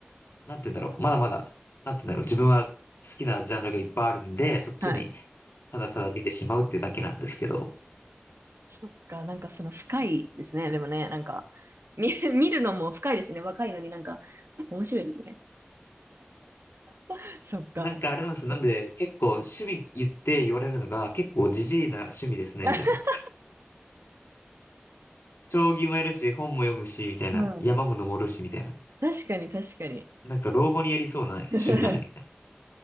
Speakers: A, on the left; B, on the right.
A: なんて言うんだろう、まだまだ、なんて言うんだろう、自分は好きなジャンルがいっぱいあるんで、そっちに
B: はい。
A: ただただ見てしまうっていうだけなんですけど、
B: そっか、なんかその深いですね。でもね、なんか、見、<laughs> 見るのも深いですね。若いのになんか、面白いですね。<laughs> そっか。
A: なんかあれなんですよ。
B: うん
A: なんで、結構趣味言って言われるのが、結構ジジイな趣味ですね、
B: <laughs>
A: みたいな。将棋もやるし、本も読むし、みたいな。
B: うん
A: 山も登るし、みたいな。
B: 確かに、<laughs> 確かに。
A: なんか老後にやりそうな趣味だね、
B: 確かに
A: みたい